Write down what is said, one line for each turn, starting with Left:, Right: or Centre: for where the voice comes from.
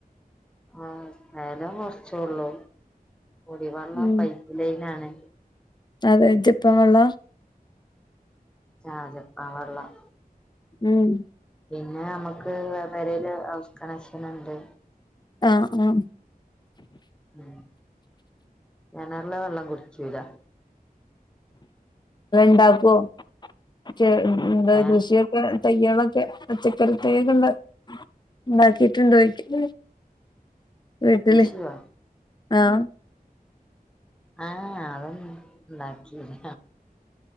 Centre: ആഹ് സ്ഥലം കൊർച്ചോള്ളൂ കുടിവള്ളം
Left: ഉം
Centre: പൈ പ്പ് ലൈനാണ്
Left: അതെ ജപ്പാൻ വെള്ളാ
Centre: ആഹ് അതെ ജപ്പാൻ വെള്ളം
Left: ഉം
Centre: പിന്നെ നമ്മക്ക് പെരേല് ഹൗസ് കണക്ഷന്ണ്ട്
Left: ആഹ് ആഹ്
Centre: ഉം കെണർലെ വെള്ളം കുടിക്കൂല
Left: ണ്ടാവോ <unintelligible> <unintelligible>
Centre: ഏഹ്
Left: കൃഷിയൊക്കെ തയ്യാളൊക്കെ പച്ചക്ക് ക്കറി തൈകള് ഇണ്ടാ ഇണ്ടാക്കിട്ടുണ്ടോ ചോയിക്കാ വീട്ടില്
Centre: കൃഷിയോ
Left: ആഹ്
Centre: ആഹ് അതൊന്നു ഇണ്ടാക്കില്ല